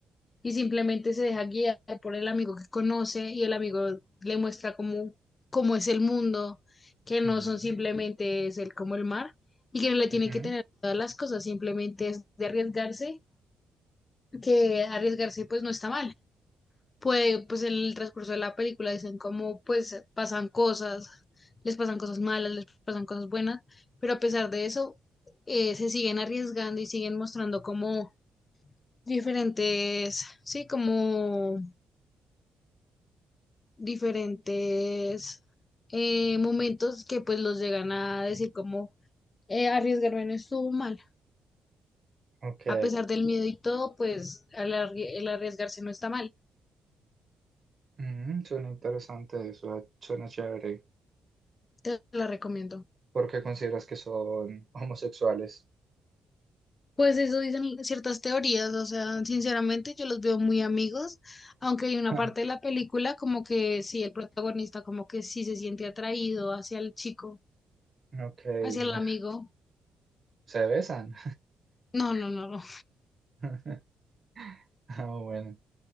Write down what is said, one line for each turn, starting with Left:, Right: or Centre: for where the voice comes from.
Left: y simplemente se deja guiar por el amigo que conoce y el amigo le muestra cómo, cómo es el mundo, que no
Right: Ujú.
Left: son simplemente es el como el mar y que no le tiene
Right: Ujú.
Left: que tener todas las cosas, simplemente es de arriesgarse, que arriesgarse pues no está mal. Puede, pues en el transcurso de la película dicen cómo pues pasan cosas, les pasan cosas malas, les pasan cosas buenas, pero a pesar de eso eh, se siguen arriesgando y siguen mostrando como diferentes, sí, como diferentes eh, momentos que pues los llegan a decir como eh, arriesgarme no estuvo mal.
Right: Ok.
Left: A pesar del miedo y todo, pues al arri- el arriesgarse no está mal.
Right: Ujú, Suena interesante, eso suena chévere.
Left: Te la recomiendo.
Right: porque consideras que son homosexuales?
Left: Pues eso dicen ciertas teorías, o sea, sinceramente yo los veo muy amigos, aunque hay una
Right: Ah,
Left: parte de la película como que sí, el protagonista como que sí se siente atraído hacia el chico,
Right: ok,
Left: hacia el
Right: bueno,
Left: amigo.
Right: se besan.
Left: No, no, no, no.
Right: <laughs> Ah, bueno,